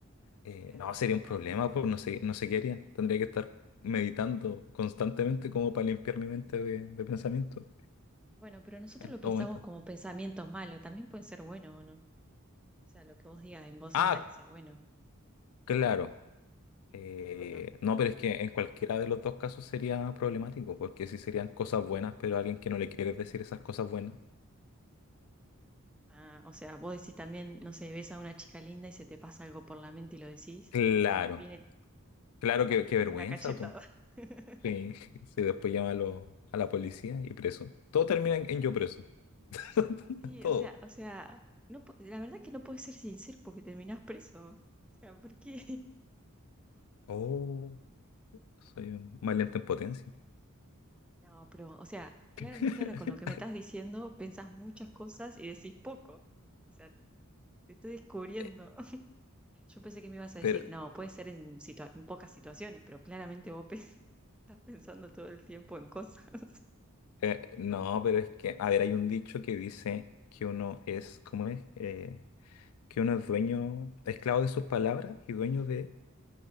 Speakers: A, on the left; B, in the centre.
A: Eh,
B: Claro,
A: no, sería
B: bueno.
A: un problema, pues no sé, no sé qué haría. Tendría que estar meditando constantemente como para limpiar mi mente de, de pensamiento
B: Bueno, pero nosotros
A: en
B: lo pensamos
A: todo momento.
B: como pensamientos malos, también puede ser bueno o no. O sea, lo que vos digas en voz
A: Ah,
B: alta que sea bueno
A: claro. Eh,
B: o no.
A: no, pero es que en cualquiera de los dos casos sería problemático, porque sí serían cosas buenas, pero a alguien que no le quieres decir esas cosas buenas.
B: Ah, o sea, vos decís también, no sé, ves a una chica linda y se te pasa algo por la mente y lo decís,
A: Claro,
B: capaz va, viene,
A: claro, qué,
B: va y te
A: qué
B: pega
A: vergüenza,
B: una cachetada.
A: pues.
B: <laughs>
A: Sí, <laughs> sí, después llama a, lo- a la policía y preso. Todo termina en, en yo preso. <laughs>
B: Sí,
A: Todo.
B: o sea, o sea, no, po- la verdad que no puedes ser sincero porque terminás preso. O sea, ¿por qué?
A: Oh, soy un mal lento en potencia.
B: No, pero, o sea, claramente
A: <laughs>
B: ahora con lo que me estás diciendo, pensás muchas cosas y decís poco. O sea, te estoy descubriendo.
A: Eh,
B: <laughs> Yo pensé que me ibas a
A: Pero,
B: decir, no, puede ser en, situa- en pocas situaciones, pero claramente vos pe- <laughs> estás pensando todo el tiempo en cosas, <laughs>
A: eh, no, pero es que, a ver, hay un dicho que dice que uno es, ¿cómo es? Eh, que uno es dueño, esclavo de sus palabras y dueño de,